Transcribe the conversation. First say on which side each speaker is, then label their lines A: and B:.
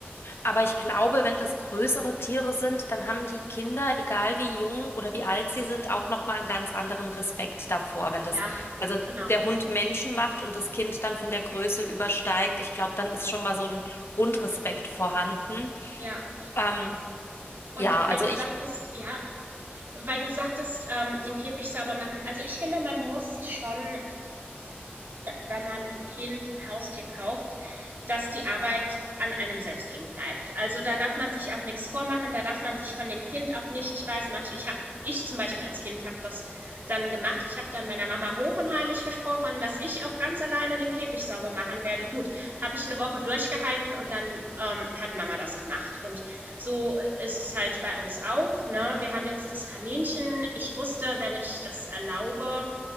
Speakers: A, on the left (about 80°); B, on the right (about 55°).
A: Aber ich glaube, wenn das größere Tiere sind, dann haben die Kinder, egal wie jung oder wie alt sie sind, auch noch mal einen ganz anderen Respekt davor, wenn das
B: Ja,
A: also
B: genau.
A: der Hund Menschen macht und das Kind dann von der Größe übersteigt. Ich glaube, dann ist schon mal so ein Grundrespekt vorhanden.
B: Ja.
A: Ähm, ja,
B: Und
A: also
B: weil du
A: ich
B: sagtest, ja, weil du sagtest, ähm, den Käfig sauber machen. Also ich finde, man muss sich schon wenn man einem Kind ein Haustier kauft, dass die Arbeit an einem selbst hängen bleibt. Also da darf man sich auch nichts vormachen, da darf man sich von dem Kind auch nicht, ich weiß, manche, ich habe ich zum Beispiel als Kind habe das dann gemacht. Ich habe dann meiner Mama hoch und heilig versprochen, dass ich auch ganz alleine den Käfig sauber machen werde. Gut, habe ich eine Woche durchgehalten und dann ähm, hat Mama das gemacht. Und so ist es halt bei uns auch. Ne? Wir haben jetzt das Kaninchen. Ich wusste, wenn ich das erlaube,